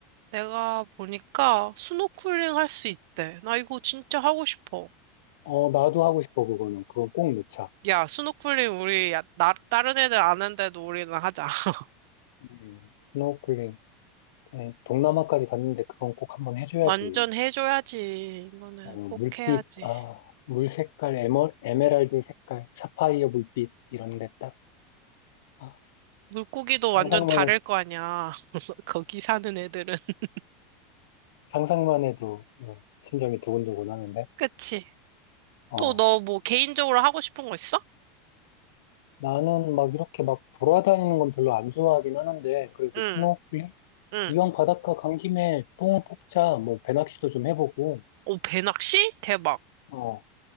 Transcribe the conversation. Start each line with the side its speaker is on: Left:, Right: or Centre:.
Right: 내가 보니까 스노클링 할 수 있대. 나 이거 진짜 하고 싶어.
Left: 어, 나도 하고 싶어, 그거는. 그건 꼭 넣자.
Right: 야, 스노클링 우리 야, 나 다른 애들 아는데도 우리는 하자. <laughs>
Left: 음, 스노우클링. 음, 동남아까지 갔는데 그건 꼭 한번 해줘야지.
Right: 완전 해줘야지. 이거는
Left: 어,
Right: 꼭
Left: 물빛,
Right: 해야지.
Left: 아, 물 색깔, 에머, 에메랄드 색깔, 사파이어 물빛, 이런데 딱, 아,
Right: 물고기도
Left: 상상만,
Right: 완전 다를
Left: 해-
Right: 거 아니야. <laughs> 거기 사는 애들은. <laughs>
Left: 상상만 해도 어, 심장이 두근두근 하는데,
Right: 그치?
Left: 어,
Right: 또 너 뭐 개인적으로 하고 싶은 거 있어?
Left: 나는 막 이렇게 막 돌아다니는 건 별로 안 좋아하긴 하는데, 그래도
Right: 응,
Left: 스노클링?
Right: 응.
Left: 이왕 바닷가 간 김에 뽕을 뽑자, 뭐, 배낚시도 좀 해보고,
Right: 오, 배낚시? 대박.
Left: 어,